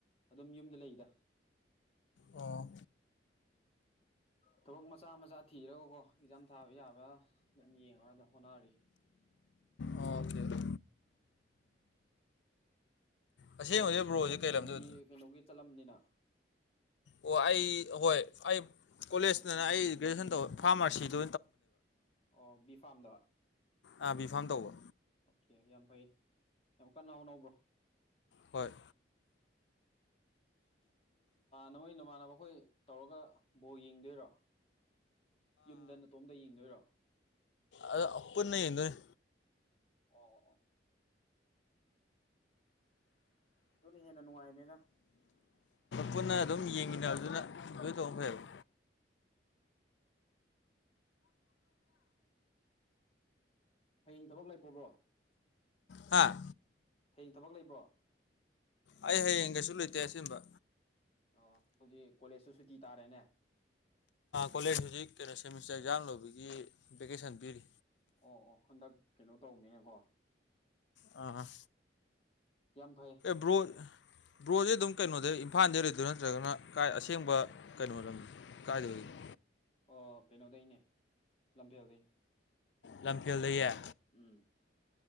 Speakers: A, on the left; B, on the left.
A: ꯑꯗꯨꯝ ꯌꯨꯝꯗ ꯂꯩꯗ
B: ꯑꯣ
A: ꯊꯕꯛ ꯃꯆꯥ ꯃꯆꯥ ꯊꯤꯔꯒꯀꯣ ꯑꯦꯛꯖꯥꯝ ꯊꯥꯕ ꯌꯥꯕ ꯑꯗꯨꯝ ꯌꯦꯡꯉꯒ ꯑꯗꯨ ꯍꯣꯠꯅꯔꯤ
B: ꯑꯣꯀꯦ ꯑꯁꯦꯡꯕꯗꯤ
A: ꯕ꯭ꯔꯗꯔꯤ
B: ꯕ꯭ꯔꯣꯁꯦ
A: ꯀꯣꯂꯦꯖ
B: ꯀꯩ ꯂꯝꯗꯣꯏ
A: ꯅꯨꯡꯇꯤ ꯀꯩꯅꯣꯒꯤ ꯆꯠꯂꯝꯅꯤꯅ
B: ꯑꯣ ꯑꯩ ꯍꯣꯏ ꯑꯩ ꯀꯣꯂꯦꯖꯇꯅ ꯑꯩ ꯒ꯭ꯔꯦꯖꯨꯑꯦꯁꯟ ꯇꯧꯋ ꯐꯥꯔꯃꯥꯁꯤꯗꯨ
A: ꯑꯣ ꯕꯤ ꯐꯥꯔꯝꯗ
B: ꯑꯥ ꯕꯤꯐꯥꯝ ꯇꯧꯕ
A: ꯑꯣꯀꯦ ꯌꯥꯝ ꯐꯩ ꯌꯥꯝ ꯀꯟꯅ ꯍꯣꯅꯧꯕ꯭ꯔꯣ
B: ꯍꯣꯏ
A: ꯅꯃꯣꯏ ꯅꯃꯥꯟꯅꯕ ꯑꯩꯈꯣꯏ ꯇꯧꯔꯒ ꯕꯣ ꯌꯦꯡꯗꯣꯏꯔꯣ ꯌꯨꯝꯗ ꯅꯇꯣꯝꯗ ꯌꯦꯡꯗꯣꯏꯔꯣ
B: ꯑꯗ ꯄꯨꯟꯅ ꯌꯦꯡꯗꯣꯏꯅꯦ
A: ꯑꯣ ꯑꯣ ꯑꯗꯨꯅꯤ ꯍꯦꯟꯅ ꯅꯨꯡꯉꯥꯏ ꯃꯗꯥ
B: ꯄꯨꯟꯅ ꯑꯗꯨꯝ ꯌꯦꯡꯃꯤꯟꯅꯕꯗꯨꯅ ꯑꯗꯨꯣꯏ ꯇꯧ ꯐꯩꯕ
A: ꯍꯌꯦꯡ ꯊꯕꯛ ꯂꯩꯕꯕ꯭ꯔꯣ
B: ꯍꯥꯥ
A: ꯊꯕꯛ ꯂꯩꯕ꯭ꯔꯣ
B: ꯑꯩ ꯍꯌꯦꯡ ꯀꯩꯁꯨ ꯂꯩꯇꯦꯦꯡꯕ
A: ꯑꯣ ꯑꯗꯨꯗꯤ ꯀꯣꯂꯦꯖꯁꯨ ꯁꯨꯇꯤ ꯇꯥꯔꯦꯅꯦ
B: ꯀꯣꯂꯦꯖ ꯍꯧꯖꯤꯛ ꯀꯩꯅꯣ ꯁꯦꯃꯤꯁꯇꯔ ꯑꯦꯛꯖꯥꯝ ꯂꯧꯕꯒꯤ ꯚꯦꯀꯦꯁꯟ ꯄꯤꯔꯤ
A: ꯑꯣ ꯑꯣ ꯍꯟꯗꯛ ꯀꯩꯅꯣ ꯇꯧꯕꯅꯤꯅꯀꯣ
B: ꯑ
A: ꯌꯥꯝ ꯐꯩ
B: ꯭ꯕꯔꯣ ꯕ꯭ꯔꯣꯁꯦ ꯑꯗꯨꯝ ꯀꯩꯅꯣꯗꯩ ꯏꯝꯐꯥꯜꯗꯩ ꯂꯩꯗꯣꯏꯥ ꯅꯠꯇ꯭ꯔꯒꯅ ꯀꯥꯏ ꯑꯁꯦꯡꯕ ꯀꯩꯅꯣ ꯀꯥꯏꯗ ꯂꯩꯣ <unintelligible>
A: ꯑꯣ ꯀꯩꯅꯣꯗꯩꯅꯦ ꯂꯝꯐꯦꯜꯗꯩꯅꯦ
B: ꯂꯝꯐꯦꯜꯗꯌꯦ
A: ꯎꯝ